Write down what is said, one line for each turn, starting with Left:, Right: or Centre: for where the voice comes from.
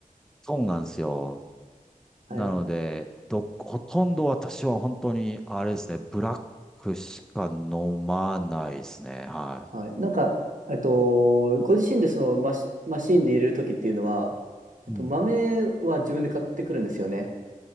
Centre: そうなんですよ。
Right: あれ
Centre: なので、ど、ほとんど私は本当にあれですね、ブラックしか飲まないですね。は
Right: はい。なんか、えっと、ご自身でそのマシ、マシーンで入れるときっていうのは、えっと、
Centre: い。うん
Right: 豆は自分で買ってくるんですよね。